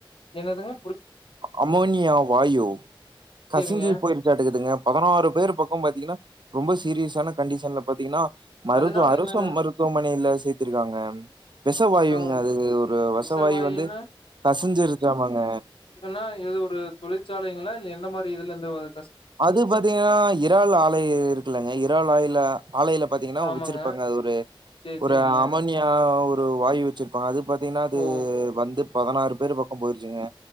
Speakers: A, on the left; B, on the right.
A: த்ததுங்க
B: அமோனியா வாயு கசிஞ்சி
A: சேரிங்க
B: போயிருகாடகுதுங்க பதினாறு பேர் பகம் பாத்தீங்கனா ரொம்ப சீரியசான கண்டிஷன்ல பாத்தீங்கனா மருதுவ
A: அதனால
B: அரச
A: என்னங்க
B: மருதுவமனையில சேத்திருகாங்க விசவாயுங்க
A: ஆ
B: அது ஒரு விசவாயு
A: விஷவாயுன்னா
B: வந்து கசிஞ்சிருகாமாங்க
A: னா எது ஒரு தொழிற்சாலைகளா எந்த மாரி இதுல இருந்து வரு
B: அது பாதீங்கனா இறால் ஆலை இருகுலங்க இறால் ஆயில ஆலயில பாதீங்கனா
A: ஆமாங்க.
B: வச்சிருபாங்க அது ஒருஒரு
A: சேரி, சேரிங்க.
B: அமோனியா ஒரு ப்ரோ வாய் வச்ரு இப அது பாதீங்கனா அது
A: ஓ!
B: வந்து பதினாறு பேர் பக்கோ போயிருசுங்க